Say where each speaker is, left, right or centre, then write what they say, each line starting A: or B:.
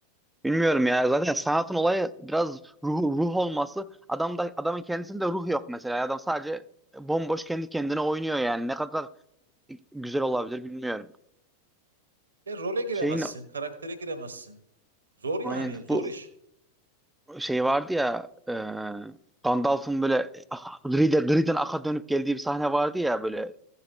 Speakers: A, in the centre; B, on the right.
A: bilmiyorum ya. Zaten sanatın olayı biraz ruh, ruh olması. Adamda adamın kendisinde ruh yok mesela. Adam sadece bomboş kendi kendine oynuyor yani. Ne kadar güzel olabilir bilmiyorum.
B: Ya role giremezsin,
A: Şeyin
B: karaktere giremezsin. Zor yani,
A: aynen
B: zor
A: bu
B: iş.
A: şey vardı ya e, Gandalf'ın böyle ah, griden, griden aka dönüp geldiği bir sahne vardı ya böyle